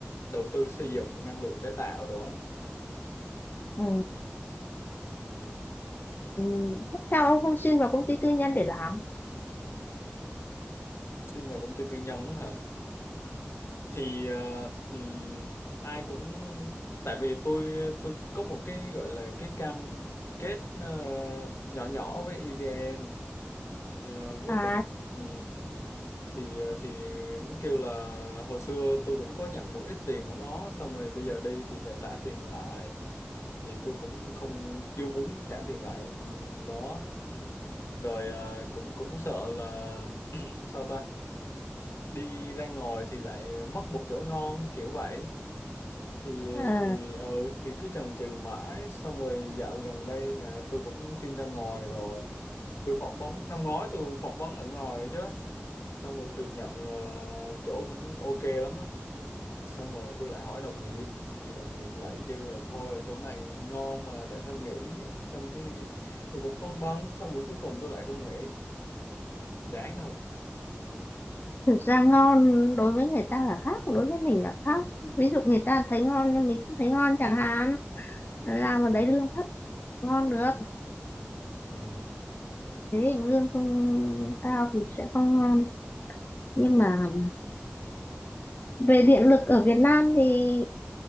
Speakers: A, on the left (about 90°); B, on the left (about 45°).
A: đầu tư xây dựng năng lượng tái tạo đồ á
B: ừ.
A: ừ.
B: Ừ. Thế sao ông không xin vào công ty tư nhân để làm?
A: xin vào công ty tư nhân á hả thì ờ, ừm, ai cũng tại vì tôi tôi có một cái gọi là cái cam kết ờ, nhỏ nhỏ với EVN ờ, với
B: À,
A: tập ừ, thì ờ, thì nó kêu là hồi xưa tôi cũng có nhận một ít tiền của nó xong rồi bây giờ đi thì phải trả tiền lại thì tôi cũng không chưa muốn trả tiền lại đó rồi à, cũng cũng sợ là sao ta đi ra ngoài thì lại mất một chỗ ngon kiểu vậy thì
B: à,
A: thì ừ thì cứ chần chừ mãi xong rồi dạo gần đây nè tôi cũng xin ra ngoài rồi tôi phỏng vấn năm ngoái tôi phỏng vấn ở ngoài đấy chứ xong rồi được nhận ờ, chỗ cũng ok lắm á xong rồi tôi lại hỏi đồng nghiệp thì đồng nghiệp lại kêu là thôi ở chỗ này ngon mà tại sao nghỉ xong cái tôi cũng phân vân xong rồi cuối cùng tôi lại không nghỉ chán không
B: thực ra ngon đối với người ta là khác, đối với mình là khác. Ví dụ người ta thấy ngon nhưng mình không thấy ngon chẳng hạn. Làm
A: ừ.
B: ở đấy lương thấp ngon được.
A: Ừ.
B: Thế thì lương không cao thì sẽ không ngon. Nhưng mà về điện lực ở Việt Nam thì